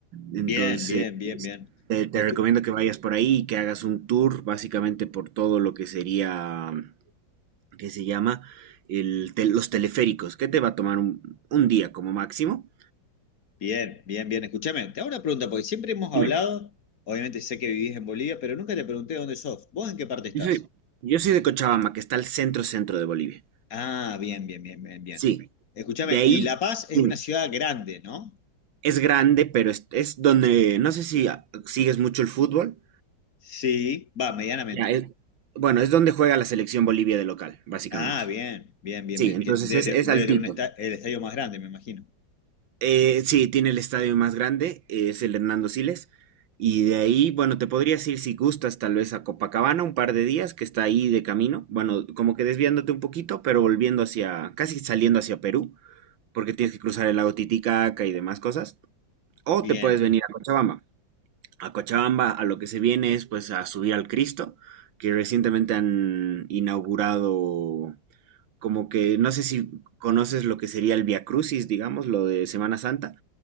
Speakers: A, on the right (about 85°); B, on the left (about 50°).
A: Entonces,
B: Bien, bien, bien, bien.
A: te, te
B: Escu-
A: recomiendo que vayas por ahí y que hagas un tour básicamente por todo lo que sería, que se llama el tel- los teleféricos, que te va a tomar un, un día como máximo.
B: bien, bien, bien. Escúchame, te hago una pregunta, porque siempre hemos hablado,
A: Dime,
B: obviamente sé que vivís en Bolivia, pero nunca te pregunté dónde sos. ¿Vos en qué parte
A: yo
B: estás?
A: soy, yo soy de Cochabamba, que está al centro centro de Bolivia.
B: Ah, bien, bien, bien, bien, bien.
A: Sí,
B: Escúchame,
A: de ahí
B: y La Paz es
A: dime,
B: una ciudad grande, ¿no?
A: es grande, pero es, es donde, no sé si ah, sigues mucho el fútbol.
B: Sí, va, medianamente.
A: Ya, es- bueno, es donde juega la selección Bolivia de local, básicamente.
B: Ah, bien, bien, bien,
A: Sí,
B: bien.
A: entonces
B: Que debe,
A: es,
B: te-
A: es
B: debe
A: altito.
B: tener un esta- el estadio más grande, me imagino.
A: Eh, sí, tiene el estadio más grande, eh, es el Hernando Siles. Y de ahí, bueno, te podrías ir si gustas tal vez a Copacabana un par de días, que está ahí de camino. Bueno, como que desviándote un poquito, pero volviendo hacia, casi saliendo hacia Perú, porque tienes que cruzar el lago Titicaca y demás cosas. O
B: Bien,
A: te puedes venir a Cochabamba. A Cochabamba a lo que se viene es pues a subir al Cristo, que recientemente han inaugurado como que no sé si conoces lo que sería el Via Crucis, digamos, lo de Semana Santa.